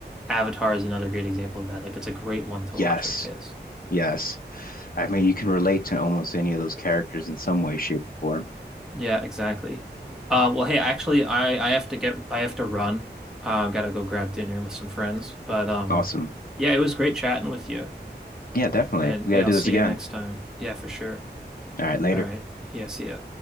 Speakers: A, in the centre; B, on the left (about 55°).
A: Avatar is another great example of that. Like it's a great one to
B: Yes,
A: watch with kids.
B: yes. I mean you can relate to almost any of those characters in some way, shape, or form.
A: Yeah, exactly. Uh well hey, actually I I have to get I have to run. Uh, gotta go grab dinner with some friends, but um
B: Awesome.
A: yeah, it was great chatting with you.
B: Yeah, definitely.
A: And
B: We
A: yeah,
B: gotta do
A: I'll see
B: this again.
A: you next time. Yeah, for sure.
B: All right, later.
A: All right. Yeah, see ya.